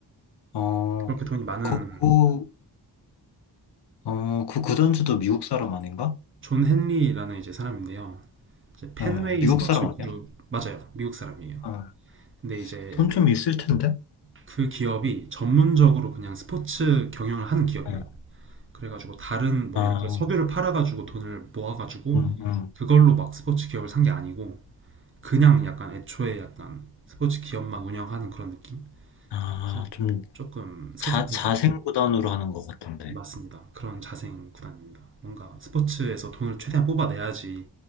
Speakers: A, on the left (about 70°); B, on the right (about 30°).
A: 어,
B: 그렇게 돈이 많은
A: 그, 그, 어, 그 구단주도 미국 사람 아닌가?
B: 존 헨리라는 이제 사람인데요. 이제 펜웨이
A: 예, 미국
B: 스포츠
A: 사람 아니야?
B: 그룹 맞아요. 미국 사람이에요.
A: 아,
B: 근데 이제
A: 돈좀 있을 텐데?
B: 그 기업이 전문적으로 그냥 스포츠 경영을 하는 기업이에요.
A: 예.
B: 그래가지고 다른 뭐
A: 아,
B: 예를 들어 석유를 팔아가지고 돈을 모아가지고
A: 음, 음.
B: 그걸로 막 스포츠 기업을 산 게 아니고 그냥 약간 애초에 약간 스포츠 기업만 운영하는 그런 느낌?
A: 아,
B: 그래서
A: 좀
B: 조금 살짝
A: 자, 자생
B: 좀
A: 구단으로 하는 것 같던데.
B: 맞습니다. 그런 자생 구단입니다. 뭔가 스포츠에서 돈을 최대한 뽑아내야지